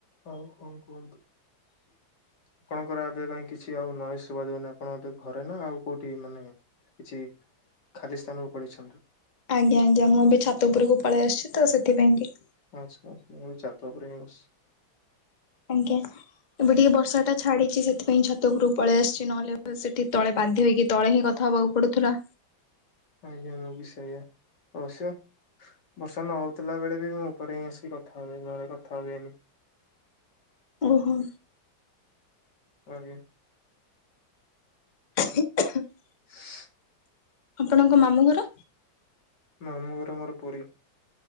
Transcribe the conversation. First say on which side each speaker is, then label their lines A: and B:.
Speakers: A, on the left; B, on the left.
A: ହଉ ହଉ କୁହନ୍ତୁ।
B: <inaudible>
A: ଆପଣଙ୍କର ଆବେ କାଇଁ କିଛି ଆଉ ନଏଜ ଶୁବା ଯାଉନି, ଆପଣ ମତେ ଘରେ ନା ଆଉ କୋଉଠି? ମାନେ କିଛି ଖାଲି ସ୍ଥାନକୁ ପଳେଇଛନ୍ତୁ।
B: ଆଜ୍ଞା ଆଜ୍ଞା ମୁଁ ଏବେ ଛାତ ଉପୁରୁକୁ ପଳେଇ ଆସୁଛି ତ ସେଥିପାଇଁ କି
A: ଆଚ୍ଛା ମୁଁ ବି ଛାତ ଉପରେ ହିଁ ବସଚି।
B: ଆଜ୍ଞା ଏବେ ଟିକେ ବର୍ଷା ଟା ଛାଡିଛି ସେଥିପାଇଁ ଛାତ ଉପରକୁ ପଳେଇ ଆସିଛି, ନହେଲେ ସେଠି ତଳେ ବାଧ୍ୟ ହେଇକି ତଳେ ହିଁ କଥା ହବାଉ ପଡ଼ୁଥିଲା।
A: ଆଜ୍ଞା ମୁଁ ବି ସେଇଆ। ଅବଶ୍ୟ ବର୍ଷା ନ ହୋଉଥିଲା ବେଳେ ବି ମୁଁ ଉପରେ ହିଁ ଆସିକି କଥା ହୁଏ ଘରେ କଥା ହୁଏନି।
B: ଓହୋ।
A: ଆଜ୍ଞା।
B: <inaudible>
A: <inaudible>
B: ଆପଣଙ୍କ ମାମୁଁ ଘର?
A: ମାମୁଁଘର ମୋର ପୁରୀ।